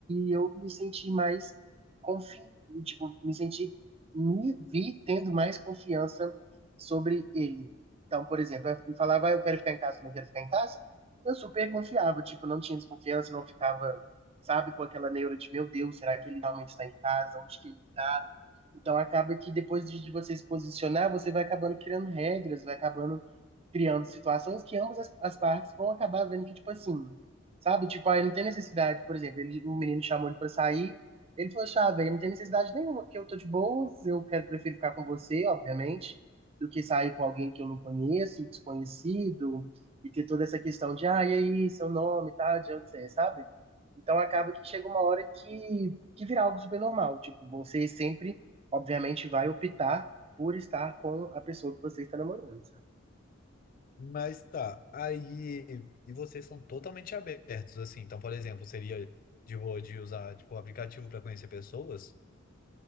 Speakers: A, on the right (about 30°); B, on the left (about 45°).
A: e eu me senti mais confiante, tipo, me senti, me vi tendo mais confiança sobre ele. Então, por exemplo, eu falava, ah, eu quero ficar em casa, não quero ficar em casa, eu super confiava, tipo, não tinha desconfiança, não ficava, sabe, com aquela neura de, meu Deus, será que ele realmente está em casa, onde que ele está, então acaba que depois de você se posicionar, você vai acabando criando regras, vai acabando criando situações que ambas as, as partes vão acabar vendo que, tipo assim, sabe? Tipo, aí não tem necessidade, por exemplo, ele, um menino chamou ele pra sair, ele falou, chá, velho, não tem necessidade nenhuma, porque eu tô de boas, eu quero, prefiro ficar com você, obviamente, do que sair com alguém que eu não conheço, desconhecido, e ter toda essa questão de, ah, e aí, seu nome e tal, de onde você é, sabe? Então acaba que chega uma hora que, que vira algo super normal, tipo, você sempre, obviamente, vai optar por estar com a pessoa que você está namorando,
B: Mas tá, aí. E vocês são totalmente abertos, assim. Então, por exemplo, seria de boa de usar, tipo, o aplicativo para conhecer pessoas?